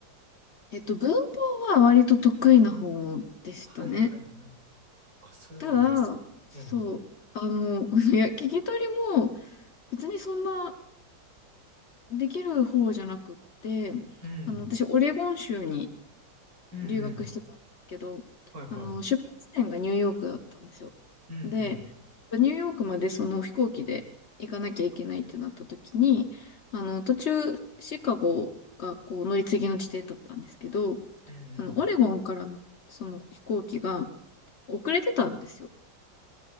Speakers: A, on the left; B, on the right.
A: えっと、文法は割と得意な方でしたね。
B: はいはいはい。あ、そうだ。
A: ただ、そう、
B: うん。
A: あの、<laughs> いや、聞き取りも別にそんなできる方じゃなくって、
B: うん。
A: あの、私、オレゴン州に
B: うんうん。
A: 留学してたんですけど、
B: はいは
A: あの、出発点がニューヨークだったんですよ。
B: い。うんうん。
A: で、やっぱニューヨークまでその飛行機で行かなきゃいけないってなった時に、あの、途中、シカゴがこう乗り継ぎの地点だったんですけど、
B: うんうん。
A: あの、オレゴンからの、その飛行機が遅れてたんですよ。